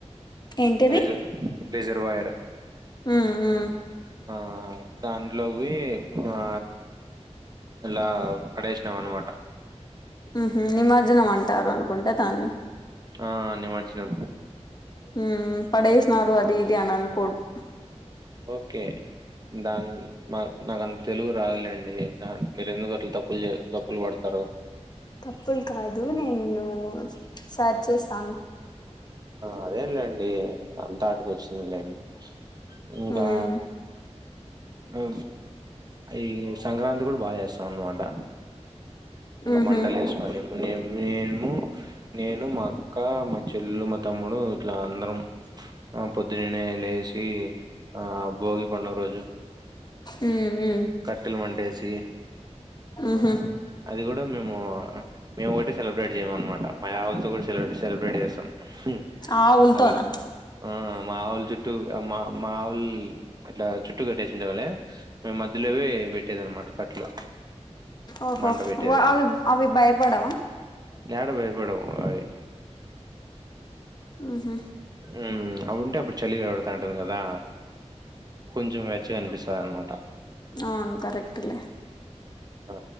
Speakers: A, on the left; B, on the right.
A: ఏంటిది
B: ఆ రిజర్ రిజర్వాయర్
A: ఉ ఉ
B: హా దాంట్లోక్వోయ్ ఆ ఇల్లా పడేస్నా అనమాట
A: ఉహు నిమజ్జనం అంటారు అనుకుంట దాన్ని
B: ఆ నిమర్జనం
A: హు పడేస్నారు అదీదిఅని అన్కూడ్దూ
B: ఓకే దాన్ని న నాకంత తెలుగు రాదులేండి దా మీరెందుకట్లా తప్పులు చే తప్పులు పడ్తారూ
A: తప్పులు కాదు నేను సరిచేసాను
B: ఆ అదేలేండి అంతా ఆటకొచ్చిందిలేండి ఇంకా
A: ఉమ్
B: ఉ అ ఈ సంక్రాంతి కూడా బాగా చేస్తాం అన్నమాట ఇంగ
A: ఉహు
B: మంటలేస్కోని మే మేము నేను మా అక్క మా చెల్లు మా తమ్ముడు ఇట్లా అందరం ఆ పొద్దుననే లేసి ఆ భోగి పండుగ రోజు
A: ఉ ఉ
B: కట్టెలు మంటేసి
A: ఉహు
B: అది కూడా మేము మేము ఒకటి సెలబ్రేట్ చేయము అన్మాట మా యావుల్తో కూడా సెలబ్రేట్ చేస్తాం హు
A: ఆవులతోనా
B: అలా ఆ మావోలు చుట్టూ మా మావుల్ ఇట్లా చుట్టు కట్టేసుండాంలే మధ్యలోవి పెట్టేది అనమాట కట్లు
A: ఓహో
B: మంట పెట్టేది
A: వా అవి అవి భయపడవా
B: యాడ భయపడవు అవీ
A: ఉహు
B: ఉ అవుంటే అప్పుడు చలిగా వెడ్తాంటది కదా కొంచం వెచ్చ అనిపిస స అన్మాట
A: ఔను కరెక్టే లే
B: ఆ